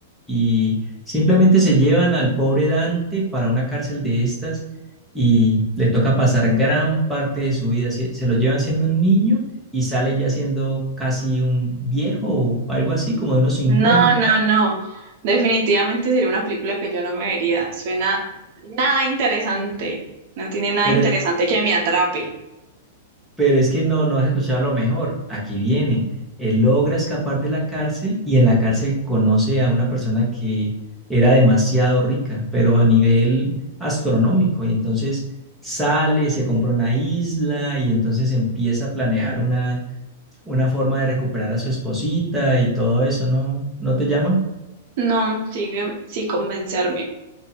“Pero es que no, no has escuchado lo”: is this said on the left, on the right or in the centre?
Centre